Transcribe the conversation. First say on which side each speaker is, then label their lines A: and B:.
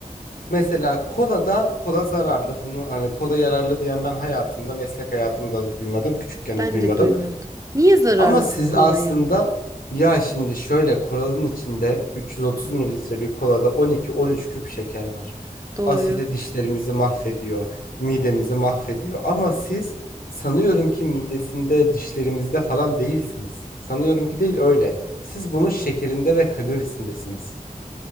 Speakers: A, on the left; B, on the right.
A: Mesela kola da kola zararlı. Bunu hani kola yararlı diyen ben hayatımda, meslek hayatımda da duymadım. Küçükken
B: Ben
A: de duymadım.
B: de duymadım. Niye zararlı
A: Ama siz
B: bu kola
A: aslında
B: ya?
A: ya şimdi şöyle kolanın içinde 330 mililitre bir kolada 12-13 küp şeker var.
B: Doğru.
A: Asidi dişlerimizi mahvediyor, midemizi mahvediyor. Ama siz sanıyorum ki midesinde, dişlerimizde falan değilsiniz. Sanıyorum ki değil öyle. Siz bunun şekerinde ve kalorisindesiniz.